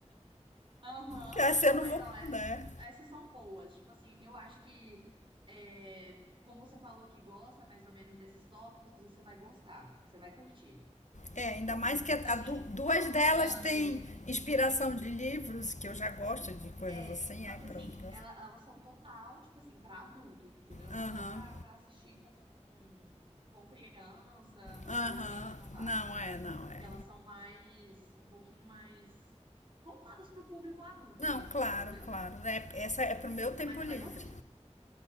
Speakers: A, on the right (about 45°); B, on the left (about 85°).
A: Aham.
B: Que assim
A: Não,
B: eu não
A: mas
B: vou,
A: ó, é
B: né?
A: muito. Essas são boas. Tipo assim, eu acho que é, como você falou que gosta mais ou menos desses tópicos, você vai gostar, você vai curtir.
B: É, ainda mais que a,
A: Assim,
B: a, duas
A: a Outlander
B: delas têm inspiração de livros, que eu já gosto de coisas
A: é,
B: assim,
A: só
B: aí
A: que
B: pronto.
A: assim, ela, elas são total, tipo assim, pra adulto, entendeu?
B: Aham,
A: Não dá pra,
B: uhum,
A: pra assistir com, com criança, pré-adolescente,
B: aham,
A: não dá.
B: uhum. não é, não é.
A: Porque elas são mais, um pouquinho mais voltadas pro público adulto
B: Não,
A: mesmo,
B: claro,
A: entendeu?
B: claro. É, essa é pro meu tempo
A: Mas você
B: livre.
A: vai gostar.